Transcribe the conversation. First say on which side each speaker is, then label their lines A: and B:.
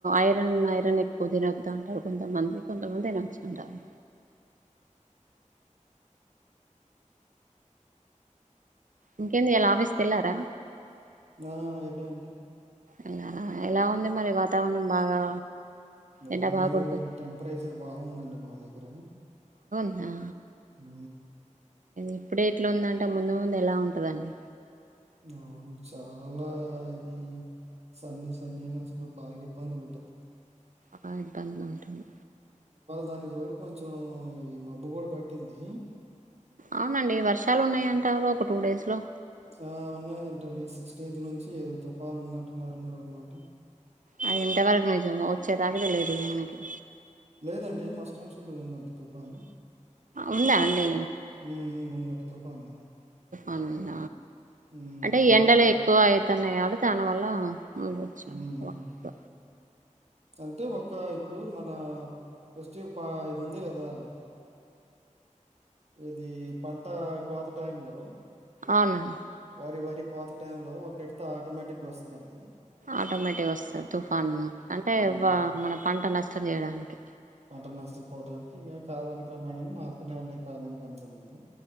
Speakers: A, on the right (about 80°); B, on the right (about 55°).
A: ఐరన్ ఐరన్ ఎక్కువ తినద్దా అంటారు కొంతమంది కొంతమంది తినొచ్చంటరు. ఇంకెంది ఇయల ఆఫీస్ కెళ్ళరా.
B: ఆ ఎల్లా అండి.
A: ఎల్లెర ఎలా ఉంది. మరి వాతావరణం బాగా
B: వామ్మో
A: ఎండ బాగా కొడుతుంది
B: టెంపరేచర్ బావుందండి మా దగ్గర
A: నా
B: ఉ
A: ఇప్పుడె ఇట్ల ఉందంటే ముందు ముందు ఎలా ఉంటందండి.
B: ఆ చాలా ఇది, సన్నీ సన్నీగ అసలు బాగా ఇబ్బంది ఉంటంది.
A: బా ఇబ్బంది ఉంటుంది.
B: దాని చోడు కొంచెం ఈ మబ్బు కూడా పట్టింది.
A: అవునండి వర్షాలు ఉన్నాయంటారు ఒక టూ డేస్ లో
B: ఆ ఉన్నాయంటండి సిక్స్టీన్త్ నుంచి ఏదో తుఫాన్ ఉన్నట్టున్నారు మరి ఓమాట
A: ఆ ఇంట వరకు నుంచేమో వచ్చేదాకా తెలియదు ఇమనకి
B: లేదండి మస్ట్ అండ్ సుడ్గా ఉందంట్ తుపాను,
A: ఉందా అండి
B: హు హు ఉందట తుఫాను
A: ఔనుంద
B: హ్మ్.
A: అంటే ఎండలు ఎక్కువ అయితున్నాయి అడు తన వల్ల ముచ్చం
B: హ్మ్.
A: వ తొ
B: అంటే ఒక ఇప్పుడు మన ఫెస్టివ్ పా ఇది ఉంది కదా ఇది పంట కోత టైం లో
A: ఔనండి
B: వారి వారి కోత టైం లో ఒక ఇడ్త ఆటోమేటిక్గా వస్సదండి.
A: ఆటోమేటిక్గా వస్తుంది తుఫాను అంటే
B: హ్మ్.
A: మన పంట నష్టం చేయడానికి
B: మటన్ నష్టపోవడానికి ఇంకా కాలానికి క్రమాేంగా మాత్రనే ఉన్నాయి కాలానికి అనుకున్నాము